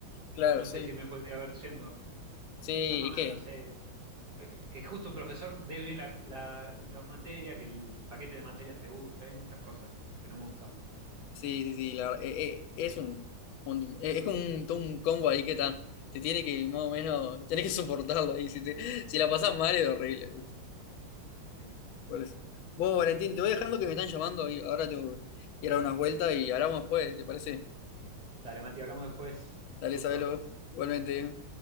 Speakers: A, on the left; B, on the right.
A: Claro,
B: No, no
A: sí.
B: sé si me podría haber yendo.
A: Sí,
B: Además,
A: es que
B: no sé, Eh, que, que justo un profesor dé bien la, la- la materia, que el paquete de materias te gusta, hay muchas cosas que no me gustaban.
A: Sí, sí, sí, la verdad, eh, eh, es un, montón- eh, es como un, todo un combo ahí que está, te tiene que, más o menos, tenés que soportarlo ahí, si, te, si la pasás mal es horrible,
B: Sí.
A: por eso. Vos, Valentín, te voy dejando que me están llamando y ahora tengo que ir a dar unas vueltas y hablamos después, ¿te parece?
B: Dale, Mati, hablamos después.
A: Dale,
B: Un gusto.
A: sabelo, igualmente.